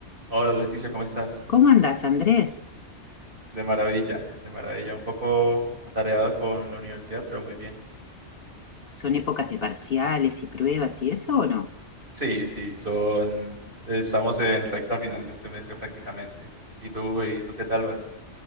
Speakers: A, on the right (about 45°); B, on the left (about 50°).
A: Hola Leticia, ¿cómo estás?
B: ¿Cómo andás, Andrés?
A: De maravilla, de maravilla. Un poco atareado con la universidad, pero muy bien.
B: ¿Son épocas de parciales y pruebas y eso o no?
A: Sí, sí, son... Estamos en recta final del semestre prácticamente. ¿Y tú, y tú qué tal vas?